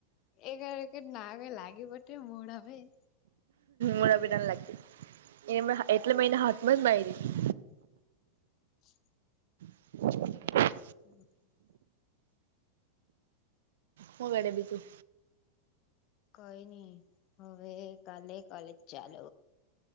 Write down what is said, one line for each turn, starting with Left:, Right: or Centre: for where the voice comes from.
Left: એગાર એકગ નાગ લાગ પટ મોળ ભાઈ.
Right: મરાભ નાન લાગતી એમા એટલે મહિને હાથમાં જ માયરી.
Left: <unintelligible>
Right: <unintelligible>
Left: <unintelligible>
Right: હગાડે બીજુ?
Left: કઈ નહી હવે કાલે કોલેજ ચાલ.